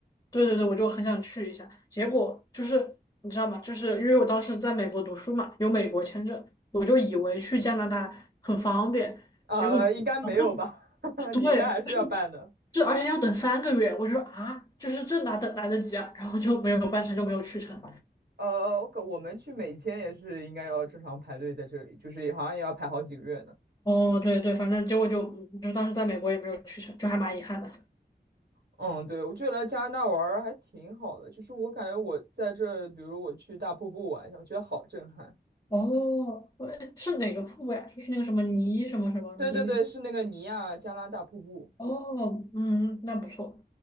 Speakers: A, on the left; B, on the right.
A: 对对对，我就很想去一下。结果就是你知道吗？就是因为我当时在美国读书嘛，有美国签证，我就以为去加拿大很方便，
B: 啊、
A: 结果啊
B: 应该没有吧？<laughs>
A: 对，
B: 你应该还是要办的。
A: 这而且要等三个月，我就说啊，就是这哪等来得及啊？然后就没有办成就没有去成。
B: 呃，我，我们去美签也是应该要正常排队在这里，就是好像也要排好几个月呢。
A: 哦，对对，反正结果就嗯就当时在美国也没有去成，就还蛮遗憾的。
B: 嗯，对，我觉得来加拿大玩儿还挺好的，就是我感觉我在这，比如我去大瀑布玩一下，我觉得好震撼。
A: 哦，喂是哪个瀑布呀？就是那个什么尼什么什么尼？
B: 对对对，是那个尼亚加拉大瀑布。
A: 哦，嗯，那不错。